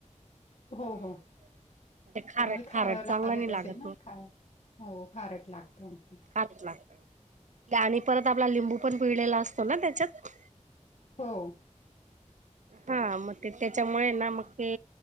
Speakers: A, on the left; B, on the right.
A: हो
B: हम्म.
A: हो.
B: ते खारट
A: त्यामुळे खार
B: खारट
A: लागत
B: चांगला नाही
A: असेल ना
B: मग
A: खार. हो खारट लागत ते
B: आतला ते आणि परत आपला लिंबू पण पिळलेला असतो ना त्याच्यात.
A: हो.
B: हा मग ते त्याच्यामुळे ना, मग ते